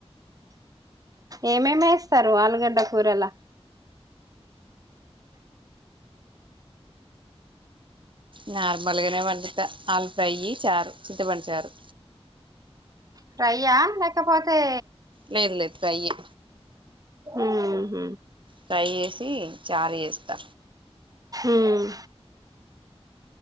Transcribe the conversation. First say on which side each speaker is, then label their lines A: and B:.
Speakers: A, on the right (about 35°); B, on the right (about 50°).
A: ఏమేమి ఏస్తారు ఆలుగడ్డ కూరలా
B: నార్మల్గనే వండుత ఆలు ఫ్రై చారు చింతపండుచారు
A: ఫ్రైయ్యా లేకపోతే
B: లేదు లేదు ఫ్రై ఏ
A: ఊమ్
B: ఫ్రై చేసి చారు చేస్తా
A: ఊహ్మ్